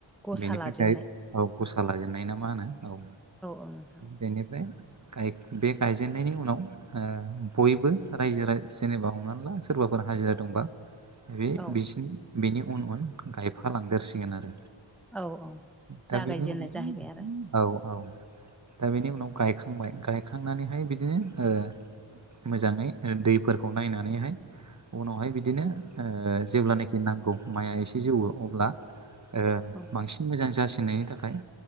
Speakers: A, in the centre; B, on the right.
A: गसा
B: बेनिफ्राय
A: लाजेननाय
B: गाय औ गसा लाजेननाय ना मा होनो औ
A: औ नोंथां
B: बेनिफ्राय गाग बे गायजेननायनि उनाव ओ बयबो रायजो राज जेनेबा हमनानै ला सोरबाफोर हाजिरा दंबा बे
A: औ
B: बिसनि बेनि उन उन गाय फालांदेरसिगोन आरो।
A: औ औ
B: दा
A: जागायजेननाय
B: बेनि उनाव
A: जाहैबाय आरो
B: औ औ दा बेनि उनाव गायखांबाय गायखांनानैहाय बिदिनो ओ मोजाङै ओ दैफोरखौ नायनानैहाय उनावहाय बिदिनो ओ जेब्लानाखि नांगौ माइआ एसे जौवो अब्ला ओ
A: औ
B: बांसिन मोजां जासिननायनि थाखाय